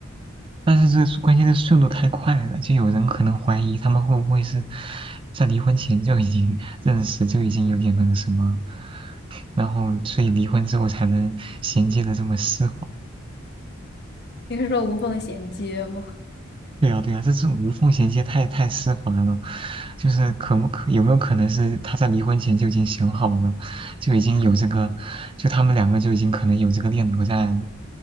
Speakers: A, on the right (about 25°); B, on the left (about 50°).
A: 但是这关键是速度太快了，就有人可能怀疑他们会不会是在离婚前就已经认识，就已经有点那个什么，然后所以离婚之后才能衔接的这么丝滑。
B: <laughs> 你是说无缝衔接吗？
A: 对啊，对啊，这种无缝衔接太太丝滑了，就是可不可有没有可能是他在离婚前就已经想好了，就已经有这个，就他们两个就已经可能有这个念头在